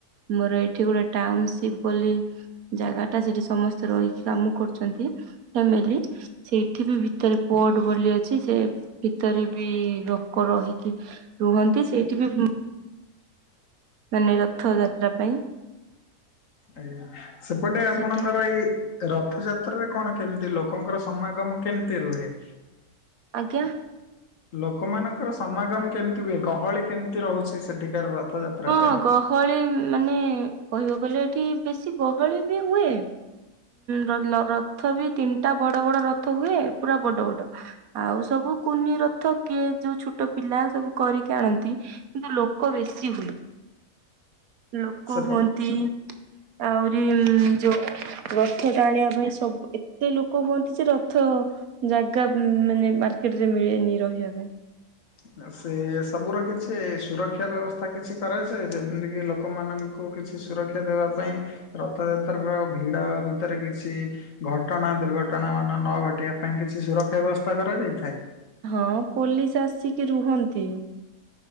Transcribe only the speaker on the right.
ମୋର ଏଇଠି ଗୋଟେ ଟାଉନସିପ ବୋଲି ଜାଗା ଟା ସେଠି ସମସ୍ତେ ରହିକି କାମ କରୁଛନ୍ତି, ଫ୍ୟାମିଲି ସେଇଠି ବି ଭିତରେ ପୋଟ ବୋଲି ଅଛି ସେ ଭିତରେ ବି ଲୋକ ରହିକି ରୁହନ୍ତି, ସେଇଠି ବି ମାନେ ରଥ ଯାତ୍ରା ପାଇଁ।
ସେଠି
ଆଜ୍ଞା।
ହଁ
ଗହଳି ମାନେ କହିବାକୁ ଗଲେ ଏଠି ବେଶୀ ଗହଳି ବି ହୁଏ। ହଁ ରଥ ବି ତିନିଟା ବଡ ବଡ ରଥ ହୁଏ, ପୁରା ବଡ ବଡ। ଆଉ ସବୁ କୁନି ରଥ କିଏ ଯୋଉ ଛୋଟ ପିଲା ସବୁ କରିକି ଆଣନ୍ତି। କିନ୍ତୁ ଲୋକ ବେଶୀ ହୁଏ। ଲୋକ
ହୁଅନ୍ତି। ଆହୁରି ଯୋଉ ରଥ ଟାଣିବା ପାଇଁ ସବୁ, ଏତେ ଲୋକ କୁହନ୍ତି ଯେ ରଥ ଜାଗା ମାନେ ମାର୍କେଟ ରେ ମିଳେନି ରହିବା ପାଇଁ।
ହଁ ପୋଲିସ ଆସିକି ରୁହନ୍ତି।